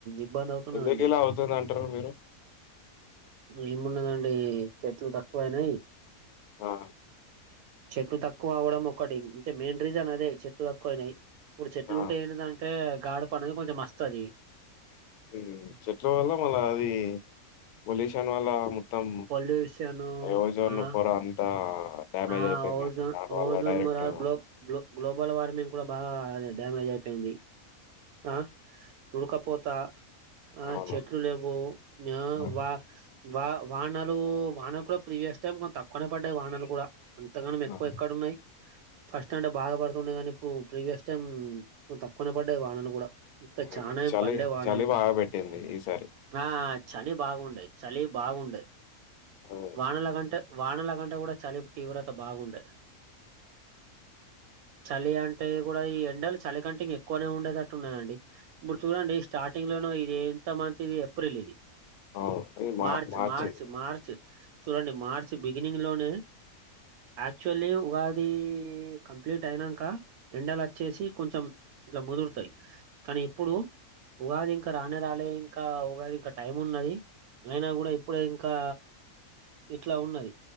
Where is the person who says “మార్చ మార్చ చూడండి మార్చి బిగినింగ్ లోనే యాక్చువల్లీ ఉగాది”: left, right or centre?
Right